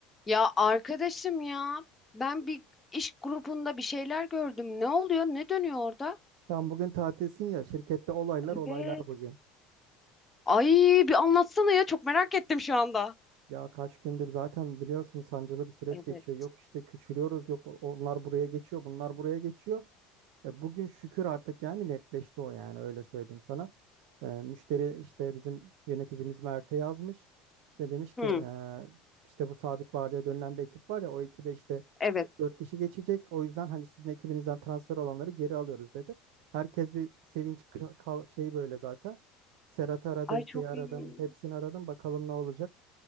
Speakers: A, on the left; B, on the right.
A: Ya arkadaşım ya ben bir iş grubunda bir şeyler gördüm. Ne oluyor? Ne dönüyor orada?
B: Sen bugün tatilsin ya şirkette olaylar
A: Evet,
B: olaylar bugün.
A: Ay bir anlatsana ya çok merak ettim şu anda.
B: Ya kaç gündür zaten biliyorsun sancılı bir süreç
A: evet.
B: geçiyor. Yok işte küçülüyoruz yok onlar buraya geçiyor bunlar buraya geçiyor. E, bugün şükür artık yani netleşti o yani öyle söyleyeyim sana. E, müşteri işte bizim yöneticimiz Mert'e yazmış. İşte demiş ki
A: Hı,
B: e, işte bu sabit vardiya dönülen bir ekip var ya o ekibe işte
A: evet.
B: Dört kişi geçecek. O yüzden hani sizin ekibinizden transfer olanları geri alıyoruz dedi. Herkes bir sevinç ka- ka- şey böyle zaten. Serhat'ı aradım,
A: Ay
B: şeyi
A: çok
B: aradım,
A: iyi.
B: hepsini aradım. Bakalım ne olacak.